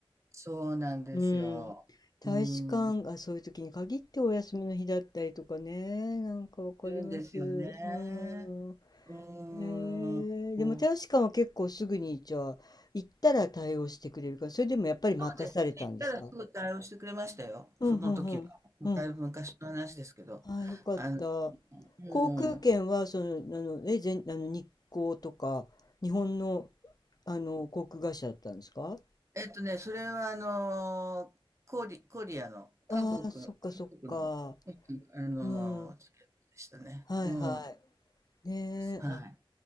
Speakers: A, on the right (about 30°); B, on the left (about 45°).
A: そうなんですよ。
B: うん。大使館がそういう時に限ってお休みの日だったりとかね。
A: うん。
B: なんかわかります。
A: いるんですよね。
B: うん。
A: うーん。
B: へえ、
A: そ
B: でも大使館は結構すぐにじゃあ行ったら対応してくれるから、それでもやっぱり待たされたんですか
A: うですね。行ったらすぐ対応してくれましたよ、
B: うんうんうん。
A: その時は。
B: うん
A: だいぶ昔の話ですけど。
B: ああ、よかった。
A: あの、もう、
B: 航空券は、その、あの、え、全、あの、日航とか、日本の、あの、航空会社だったんですか
A: えっとね、それはあの、コリ、コリアの、韓国、
B: ああ、
A: 韓国の、
B: そっかそっか。
A: あの、
B: うん。
A: チケットでしたね。
B: はいは
A: うん。
B: い。ねえ、
A: はい。
B: あ、